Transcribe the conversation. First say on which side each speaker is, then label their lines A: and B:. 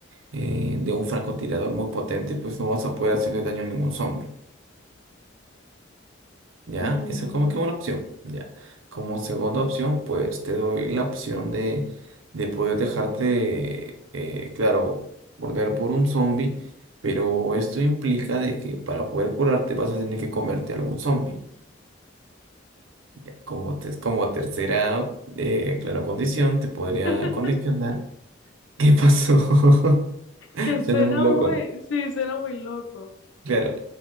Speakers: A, on the right (about 85°); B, on the left (about 70°).
A: eh, de un francotirador muy potente, pues no vas a poder hacerle daño a ningún zombie. ¿ya?
B: Mm,
A: eso es como que una opción, ¿ya? Como segunda opción, pues te doy la opción de, de poder dejarte, eh, claro, morder por un zombie, pero esto implica de que para poder curarte vas a tener que comerte algún zombie. ¿ya? Como, te- como tercera, eh, claro, condición, te podría
B: <laughs>
A: condicionar. ¿Qué pasó? <laughs>
B: Que suena
A: Suena muy loco,
B: muy,
A: ¿no?
B: sí, suena muy loco.
A: Claro.